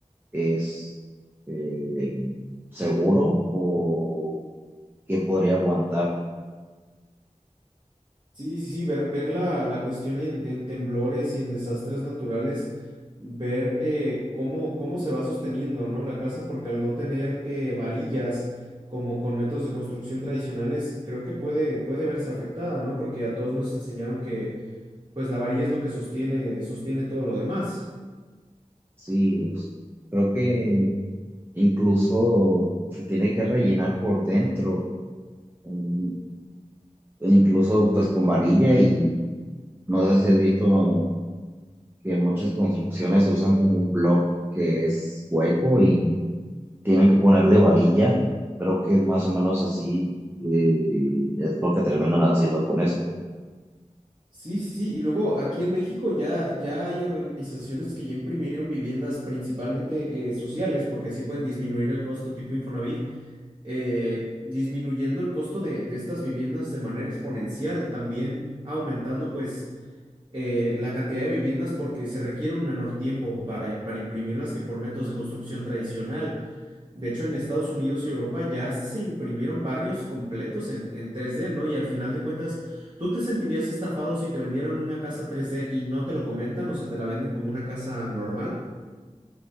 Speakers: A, on the right; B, on the right.
A: es eh, seguro o qué podría aguantar.
B: Sí, sí, sí, ver, ver la, la cuestión en, en temblores y en desastres naturales, ver eh, cómo, cómo se va sosteniendo, ¿no? La casa, porque al no tener eh, varillas como con métodos de construcción tradicionales, creo que puede, puede verse afectada, ¿no? Porque a todos nos enseñaron que pues la varilla es lo que sostiene, sostiene todo lo demás.
A: Sí, es- creo que incluso se tiene que rellenar por dentro, mm, incluso pues con varilla y no sé si has visto que muchas construcciones usan como un block que es hueco y tienen que ponerle varilla, creo que más o menos así eh, es lo que terminan haciendo con esto.
B: Sí, sí, sí. Y luego aquí en México ya, ya hay organizaciones que ya imprimieron viviendas principalmente eh, sociales, porque así pueden disminuir el costo tipo Infonavit, eh, disminuyendo el costo de, de estas viviendas de manera exponencial, también aumentando pues eh, la cantidad de viviendas porque se requiere un menor tiempo para, para imprimirlas que por métodos de construcción tradicional. De hecho, en Estados Unidos y Europa ya se imprimieron barrios completos en, en tres d ¿no? Y al final de cuentas, ¿tú te sentirías estafado si te vendieran una casa tres d y no te lo comentan? O sea, te la venden como una casa normal.